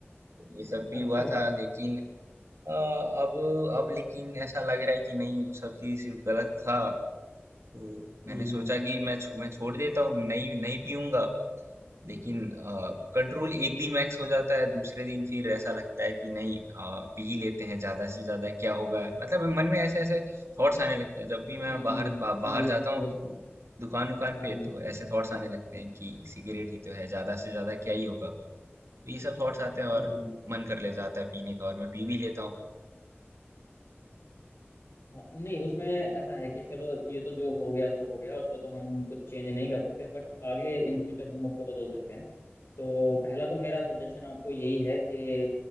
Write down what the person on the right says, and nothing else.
ये सब भी
हुआ
था लेकिन अ, अब अब लेकिन ऐसा लग रहा है कि नहीं वो सब चीज गलत था तो मैंने
सोचा कि मैं छो- मैं छोड़ देता हूँ नहीं नहीं पीऊंगा लेकिन अ, कंट्रोल एक दिन मैक्स हो जाता है दूसरे दिन फिर ऐसा लगता है कि नहीं अ, पी ही लेते हैं ज्यादा से ज्यादा क्या होगा मतलब मन में ऐसे ऐसे थॉट्स आने लगते हैं जब भी मैं
बाहर
बा,
बाहर
जाता
हूँ
दुकान उकान पे
तो ऐसे थॉट्स आने लगते हैं कि सिगरेट ही तो है ज्यादा से ज्यादा क्या ही होगा तो ये सब थॉट्स आते हैं और
मन कर ले जाता है पीने का और मैं पी भी लेता हूँ